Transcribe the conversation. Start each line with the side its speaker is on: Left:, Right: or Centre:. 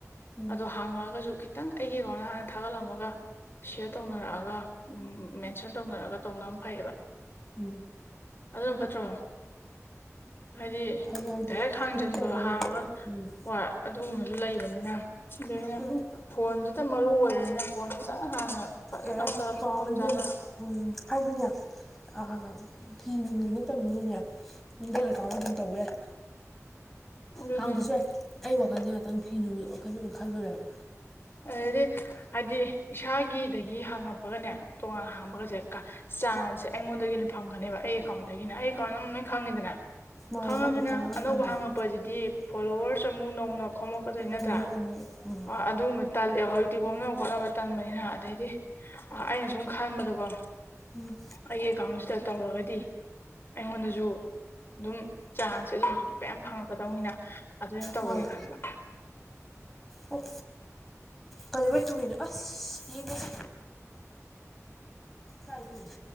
Centre: ꯎꯝ
Left: ꯑꯗꯣ ꯍꯥꯡꯉꯛꯑꯒꯁꯨ ꯈꯤꯠ__ ꯇꯪ ꯑꯩꯒꯤ ꯑꯦꯀꯥꯎꯟꯗ ꯍꯥꯟꯅ ꯊꯥꯒꯠꯂꯝꯃꯒ ꯁꯤꯌꯔ ꯇꯧꯅꯔꯛꯑꯒ ꯎꯝ ꯃꯦꯟꯁꯟ ꯇꯧꯅꯔꯒ ꯇꯧꯅꯝ ꯐꯩꯌꯦꯕ
Centre: ꯎꯝ
Left: ꯑꯗꯨꯅ ꯐꯠꯇ꯭ꯔꯣ ꯍꯥꯏꯗꯤ
Centre: ꯐꯩ ꯍꯥꯏꯗꯤ
Left: ꯗꯥꯏꯔꯦꯛ ꯍꯥꯡꯖꯟꯕ
Centre: ꯍꯦꯛ ꯇꯧꯕꯒꯗꯤ
Left: ꯍꯥꯡꯉꯒ__
Centre: ꯎꯝ
Left: ꯍꯣꯏ ꯑꯗꯨꯒꯨꯝꯕꯕꯨ ꯂꯩꯕꯅꯤꯅ ꯑꯗꯨ ꯑꯩꯅ
Centre: ꯎꯝ ꯎꯝ
Left: ꯐꯣꯟꯗꯨꯇ ꯃꯔꯨ ꯑꯣꯏꯕꯅꯤꯅ ꯐꯣꯟꯖꯤꯇꯪ ꯍꯥꯟꯅ ꯐꯖꯅ
Centre: ꯑꯦ
Left: ꯑꯝꯇ
Centre: ꯑꯦ ꯀꯥꯎꯋꯦ
Left: ꯃꯐꯝ
Centre: ꯏꯕꯦꯝꯃ
Left: ꯆꯥꯅ
Centre: ꯎꯝ ꯍꯥꯏꯗꯤꯅꯦ ꯑꯥ ꯑꯥ ꯑꯥ ꯐꯤ ꯅꯨꯡꯒꯤ ꯅꯠꯇꯝꯅꯤꯅꯅꯦ ꯅꯤꯡꯗꯜ ꯑꯦꯀꯥꯎꯟꯗ ꯑꯗꯨꯝ ꯇꯧꯕ ꯌꯥꯏ
Left: ꯑꯗꯨꯅꯦ
Centre: ꯍꯥꯡꯗꯁꯨ ꯌꯥꯏ ꯑꯩ ꯋꯥꯈꯟꯖꯦ ꯉꯥꯛꯇꯪ ꯐꯤ ꯅꯨꯡꯒꯤ ꯋꯥꯈꯜꯗꯗꯨ ꯈꯜꯂꯨꯔꯦꯕ
Left: ꯑꯗꯨꯗꯤ ꯍꯥꯏꯗꯤ ꯏꯁꯥꯒꯤꯗꯒꯤ ꯍꯥꯡꯉꯛꯄꯒꯅꯦ ꯇꯣꯉꯥꯟ ꯍꯥꯡꯕꯒꯁꯦ ꯀꯥ__ ꯆꯥꯟꯁꯁꯦ ꯑꯩꯉꯣꯟꯗꯒꯤꯅ ꯐꯪꯒꯅꯦꯕ ꯑꯩ ꯑꯦꯀꯥꯎꯟꯗꯒꯤꯅ ꯑꯩ ꯑꯦꯀꯥꯎꯟ ꯑꯅꯨꯝ ꯂꯣꯏ ꯈꯪꯉꯤꯗꯦꯅ
Centre: ꯃꯥꯏ
Left: ꯈꯪꯉꯃꯤꯅ
Centre: ꯅꯪ ꯑꯦꯀꯥꯎꯟ ꯑꯣꯏꯅ
Left: ꯑꯅꯧꯕ
Centre: ꯍꯥꯡꯗꯣꯛꯑꯣ
Left: ꯍꯪꯉꯛꯄꯖꯤꯗꯤ ꯐꯣꯂꯣꯋꯔꯁ ꯑꯃꯨꯛ ꯅꯧꯅ ꯈꯣꯝꯃꯛꯀꯗꯣꯏ ꯅꯠꯇ꯭ꯔꯥ
Centre: ꯈꯨꯝꯅꯅꯤ ꯎꯝ
Left: ꯑꯥ ꯑꯗꯨꯃ__ ꯇꯜꯂꯦ ꯍꯧꯖꯤꯛꯇꯤ ꯀꯣꯝꯅꯕ ꯈꯣꯠꯅꯕ ꯇꯟꯕꯅꯤꯅ ꯑꯗꯩꯗꯤ ꯑꯥ ꯑꯩꯅ ꯁꯨꯝ ꯈꯟꯕꯗꯀꯣ
Centre: ꯎꯝ
Left: ꯑꯩꯒꯤ ꯑꯦꯀꯥꯎꯟꯖꯤꯗ ꯇꯧꯔꯒꯗꯤ ꯑꯩꯉꯣꯟꯗꯖꯨ ꯑꯗꯨꯝ ꯆꯥꯟꯁꯦ ꯑꯗꯨꯝ ꯃꯌꯥꯝ ꯐꯪꯉꯛꯀꯗꯧꯅꯤꯅ ꯑꯗꯨꯅ ꯇꯧꯔꯒꯦ
Centre: ꯃꯥꯜꯂꯦ
Left: ꯈꯟꯕ
Centre: ꯑꯣ ꯀꯩꯗꯧꯕꯩ ꯇꯨꯔꯤꯅꯣ ꯑꯁ ꯌꯦꯡꯒꯦꯁꯦ ꯀꯥꯏ ꯇꯨꯏꯅꯣ